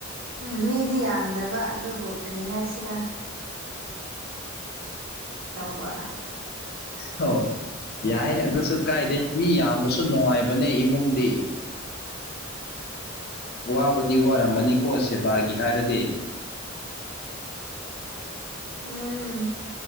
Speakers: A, on the right (about 80°); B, on the left (about 50°).
A: ꯎꯝ ꯃꯤꯗꯤ ꯌꯥꯝꯗꯕ ꯑꯗꯨꯕꯨ ꯀꯔꯤ ꯍꯥꯏꯁꯤꯔꯥ ꯇꯧꯕ
B: ꯍ ꯌꯥꯏ ꯑꯗꯨꯁꯨ ꯀꯥꯏꯗꯦ ꯃꯤ ꯌꯥꯝꯕꯁꯨ ꯅꯨꯡꯉꯥꯏꯕꯅꯦ ꯏꯃꯨꯡꯗꯤ
A: <inaudible>
B: ꯋꯥꯕꯗꯤ ꯋꯥꯔꯝꯕꯅꯤꯀꯣ ꯁꯦꯕꯥꯒꯤ ꯍꯥꯏꯔꯗꯤ
A: ꯎꯝ